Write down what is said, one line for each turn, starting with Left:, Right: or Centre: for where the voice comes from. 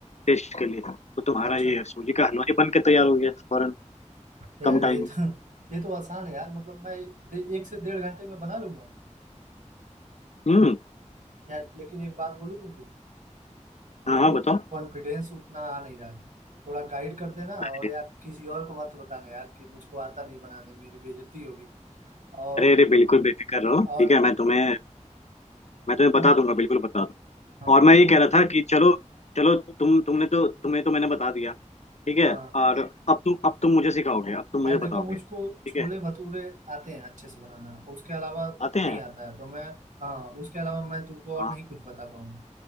Left: टेस्ट के लिए तो तुम्हारा
Right: अच्छा
Left: ये सूजी का हलवा ही बन के तैयार हो गया फौरन
Right: यार
Left: कम टाइम
Right: ये
Left: में।
Right: तो ये तो आसान है यार मतलब मैं दे, एक से डेढ़ घंटे में बना लूंगा
Left: हम्म
Right: यार लेकिन एक बात बोलूँ तुमको मुझको
Left: हाँ हाँ बताओ
Right: कॉन्फिडेंस उतना आ नहीं रहा है थोड़ा गाइड कर देना
Left: <laughs>
Right: और यार किसी और को मत बताना यार कि मुझको आता नहीं बनाने मेरी बेइज्जती होगी और
Left: अरे अरे बिल्कुल बेफिक्र रहो
Right: और
Left: ठीक है मैं तुम्हें मैं तुम्हें बता
Right: तुम
Left: दूंगा बिल्कुल बता दूंगा
Right: हाँ
Left: और मैं ये
Right: तुम
Left: कह रहा था कि चलो चलो तुम तुमने तो तुम्हें तो मैंने बता दिया ठीक है
Right: हाँ
Left: और अब तुम अब तुम मुझे सिखाओगे अब तुम मुझे
Right: यार
Left: बताओगे
Right: देखो मुझको
Left: ठीक
Right: छोले
Left: है
Right: भटूरे आते हैं अच्छे से बनाना उसके अलावा
Left: आते हैं
Right: नहीं आता है तो मैं हाँ उसके अलावा मैं तुमको और
Left: हाँ
Right: नहीं कुछ बता पाऊंगा